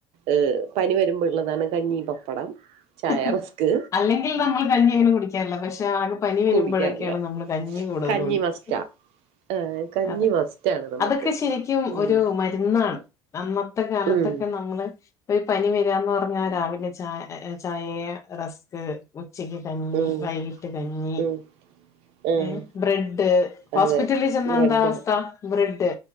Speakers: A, on the right; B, on the left.
A: ഏഹ് പനി വരുമ്പോള്ളതാണ് കഞ്ഞി പപ്പടം ചായ
B: ഹ് ഹ്
A: റസ്ക്
B: അല്ലെങ്കിൽ നമ്മൾ കഞ്ഞി അങ്ങനെ കുടിക്കാറില്ല പക്ഷെ ആകെ പനി വരുമ്പോഴൊക്കെ
A: കുടിക്കാറില്ല
B: യാണ് നമ്മള് കഞ്ഞി കൂടുതൽ
A: കഞ്ഞി
B: കുടിക്ക
A: മസ്റ്റാ ഏഹ് കഞ്ഞി
B: അതെ
A: മസ്റ്റാണ് നമുക്ക്
B: അതൊക്കെ ശരിക്കും
A: ഉം
B: ഒരു മരുന്നാണ് അന്നത്തെ കാലത്തൊക്കെ
A: ഉം
B: നമ്മള് ഇപ്പൊ ഈ പനി വരാന്ന് പറഞ്ഞാ രാവിലെ ചാ ചായ റസ്ക് ഉച്ചക്ക് കഞ്ഞി
A: ഉം
B: വൈകിട്ട് കഞ്ഞി
A: ഉം ആഹ്
B: ഏഹ് ബ്രെഡ് ഹോസ്പിറ്റലില്
A: അതെ
B: ചെന്ന
A: ബ്രെഡ്
B: എന്താ അവസ്ഥ ബ്രെഡ്